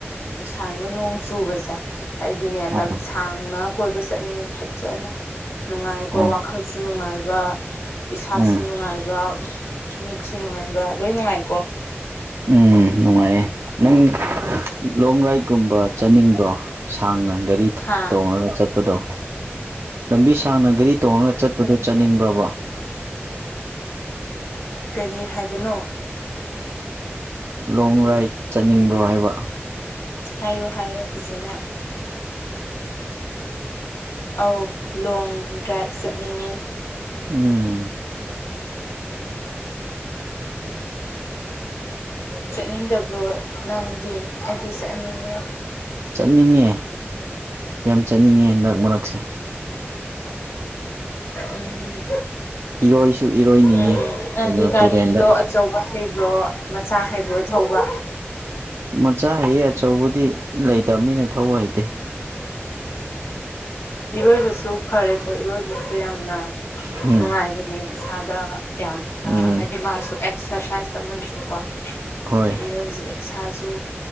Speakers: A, on the left; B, on the right.
A: ꯁꯥꯏꯅ ꯅꯣꯡ ꯆꯨꯕꯁꯦ ꯑꯩꯗꯤꯅꯦ
B: ꯑꯥ
A: ꯂꯝ ꯁꯥꯡꯅ ꯀꯣꯏꯕ ꯆꯠꯅꯤꯡꯉꯦ ꯐꯖꯅ ꯅꯨꯡꯉꯥꯏꯀꯣ
B: ꯑꯥ
A: ꯋꯥꯈꯜ ꯅꯨꯡꯉꯥꯏꯕ ꯏꯁꯥꯁꯨ
B: ꯎꯝ
A: ꯅꯨꯡꯉꯥꯏꯕ ꯃꯤꯠꯁꯨ ꯅꯨꯡꯉꯥꯏꯕ ꯂꯣꯏ ꯅꯨꯡꯉꯥꯏꯀꯣ
B: ꯎꯝ ꯅꯨꯡꯉꯥꯏꯌꯦ ꯅꯪ ꯂꯣꯡ ꯔꯥꯏꯠꯀꯨꯝꯕ ꯆꯠꯅꯤꯡꯕ꯭ꯔꯣ ꯁꯥꯡꯅ ꯒꯥꯔꯤ
A: ꯍꯥꯥ
B: ꯇꯣꯡꯉꯒ ꯆꯠꯄꯗꯣ ꯂꯝꯕꯤ ꯁꯥꯡꯅ ꯒꯥꯔꯤ ꯇꯣꯡꯉꯒ ꯆꯠꯄꯗꯣ ꯆꯠꯅꯤꯡꯕ꯭ꯔꯕ
A: ꯀꯔꯤ ꯍꯥꯏꯕꯅꯣ
B: ꯂꯣꯡ ꯔꯥꯏꯠ ꯆꯠꯅꯤꯡꯕ꯭ꯔꯣ ꯍꯥꯏꯕ
A: ꯍꯥꯏꯌꯣ ꯍꯥꯏꯌꯣ ꯐꯖꯅ ꯑꯧ ꯂꯣꯡ ꯗ꯭ꯔꯥꯏꯕ ꯆꯠꯅꯤꯡꯉꯦ
B: ꯎꯝ
A: ꯆꯠꯅꯤꯡꯗꯕ꯭ꯔꯣ ꯅꯪꯗꯤ ꯑꯩꯗꯤ ꯆꯠꯅꯤꯡꯉꯦ
B: ꯆꯠꯅꯤꯡꯉꯦ ꯌꯥꯝ ꯆꯠꯅꯤꯡꯉꯦ ꯍꯟꯗꯛ ꯃꯔꯛꯁꯦ
A: ꯎꯝ
B: ꯏꯔꯣꯏꯁꯨ ꯏꯔꯣꯏꯅꯤꯡꯉꯦ
A: ꯎꯝ ꯅꯪꯗꯤ
B: ꯀꯩꯅꯣ
A: ꯒꯥꯔꯤꯗꯣ
B: ꯇꯨꯔꯦꯟꯗ
A: ꯑꯆꯧꯕ ꯍꯩꯕ꯭ꯔꯣ ꯃꯆꯥ ꯍꯩꯕ꯭ꯔꯣ ꯊꯧꯕ
B: ꯃꯆꯥ ꯍꯩꯌꯦ ꯑꯆꯧꯕꯗꯤ ꯂꯩꯇꯕꯅꯤꯅ ꯊꯧꯕ ꯍꯩꯇꯦ
A: ꯏꯔꯣꯏꯕꯁꯨ ꯐꯔꯦꯀꯣ ꯏꯔꯣꯏꯕꯁꯨ ꯌꯥꯝꯅ
B: ꯎꯝ
A: ꯅꯨꯡꯉꯥꯏꯕꯅꯦ ꯏꯁꯥꯗ ꯌꯥꯝ
B: ꯎꯝ
A: ꯍꯥꯏꯗꯤ ꯃꯥꯁꯨ ꯑꯦꯛꯁꯔꯁꯥꯏꯁ ꯆꯞ ꯑꯃꯅꯤ ꯀꯣ
B: ꯍꯣꯏ
A: ꯏꯔꯣꯏꯕꯁꯦ ꯏꯁꯥꯁꯨ